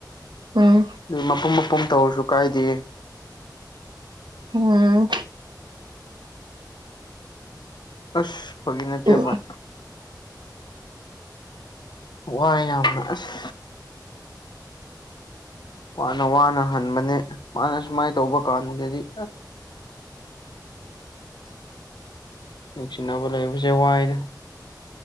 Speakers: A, on the right (about 80°); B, on the left (about 75°).
A: ꯎꯝ
B: ꯑꯗꯨ ꯃꯄꯨꯝ ꯃꯄꯨꯝ ꯇꯧꯔꯁꯨ ꯀꯥꯏꯗꯦ
A: ꯎꯝ
B: ꯑꯁ ꯐꯥꯒꯤ ꯅꯠꯇꯦ
A: ꯎꯝ
B: ꯚꯥꯏ ꯋꯥꯏ ꯌꯥꯝꯅ ꯑꯁ ꯋꯥꯅ ꯋꯥꯅ ꯍꯟꯕꯅꯦ ꯃꯥꯅ ꯁꯨꯃꯥꯏ ꯇꯧꯕ ꯀꯥꯟꯗꯗꯤ ꯑꯥ ꯅꯨꯡꯁꯤꯅꯕ ꯂꯩꯕꯁꯦ ꯋꯥꯏꯗ